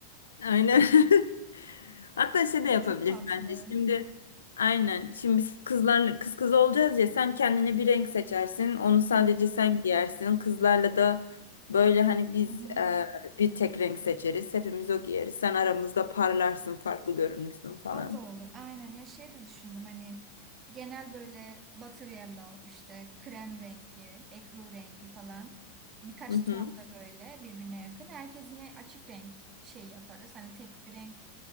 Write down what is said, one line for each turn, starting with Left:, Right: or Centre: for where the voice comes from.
Left: Aynen. <laughs> Hatta şey
Right: O
Left: de
Right: da
Left: yapabiliriz
Right: çok tatlı.
Left: bence. Şimdi aynen. Şimdi biz kızlarla kız kız olacağız ya sen kendine bir renk seçersin. Onu sadece
Right: Hı
Left: sen giyersin. Kızlarla da böyle hani biz
Right: hı. hı.
Left: e, bir tek renk seçeriz. Hepimiz o giyeriz. Sen aramızda parlarsın, farklı görünürsün falan.
Right: O da olur. Aynen ya şey de düşündüm hani genel böyle butter yellow işte krem rengi, ekru rengi falan birkaç
Left: Hı hı.
Right: ton da böyle birbirine yakın. Herkes yine açık renk şey yaparız. Hani tek bir renk